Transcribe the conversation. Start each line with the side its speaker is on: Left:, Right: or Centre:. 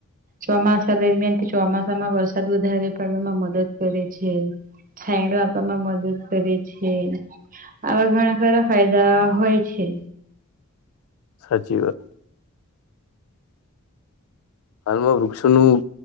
Right: ચોમાસા દરમિયાન તે ચોમાસામાં વરસાદ વધારે પડવામાં મદદ કરે છે. છાયડો આપવામાં મદદ કરે છે આવા ઘણા ખારા ફાયદા હોય છે.
Left: સાચી વાત. હાલમાં વૃક્ષોનું